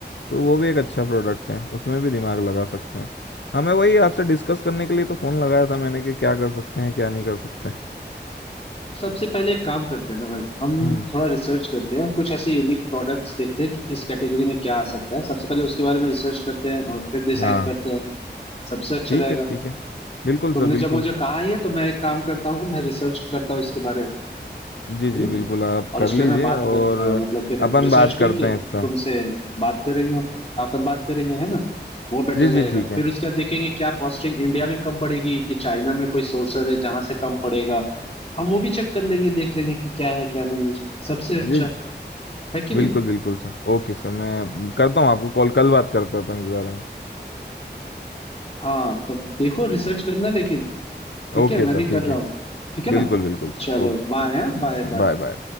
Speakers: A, on the left; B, on the left.
A: तो वो भी एक अच्छा प्रोडक्ट है उसमें भी दिमाग लगा सकते हैं हमें वही आपसे डिस्कस करने के लिए तो फ़ोन लगाया था मैंने कि क्या कर सकते हैं क्या नहीं कर सकते
B: सबसे पहले एक काम करते हैं ना भाई हम
A: हम्म
B: थोड़ा रिसर्च करते हैं कुछ ऐसे यूनिक प्रोडक्ट्स देखते हैं कि किस कैटेगरी में क्या आ सकता है सबसे पहले उसके बारे में रिसर्च करते हैं और फिर डिसाइड
A: हाँ
B: करते हैं सबसे अच्छा
A: ठीक
B: रहेगा
A: है ठीक है बिल्कुल
B: तुमने
A: सर
B: जब
A: बिल्कुल
B: मुझे कहा ही है तो मैं एक काम करता हूँ मैं रिसर्च करता हूँ इसके बारे
A: जी जी
B: में
A: बिल्कुल आप
B: और
A: कर
B: इस
A: लीजिए
B: पे मैं बात
A: और
B: कर अ, मतलब फिर
A: अपन
B: रिसर्च
A: बात करते
B: करके
A: हैं इस पर
B: तुमसे बात करेंगे अपन बात करेंगे है ना वो बेटर
A: जी
B: रहेगा
A: जी ठीक है
B: फिर उसके बाद देखेंगे क्या कॉस्टिंग इंडिया में कम पड़ेगी कि चाइना में कोई सोर्सर है जहां से कम पड़ेगा हम वो भी चेक कर लेंगे देख लेंगे कि क्या है क्या नहीं है। सबसे
A: जी
B: अच्छा है कि
A: बिल्कुल
B: नहीं
A: बिल्कुल सर ओके सर मैं करता हूँ आपको कॉल कल बात करते हैं अपन इस बारे में
B: हाँ तब देखो रिसर्च करना लेकिन ठीक
A: ओके
B: है मैं
A: सर
B: भी
A: ठीक
B: कर रहा
A: है
B: हूँ ठीक है
A: बिल्कुल
B: ना
A: बिल्कुल सर
B: चलो
A: ओके
B: बाय हाँ बाय बाय
A: Bye bye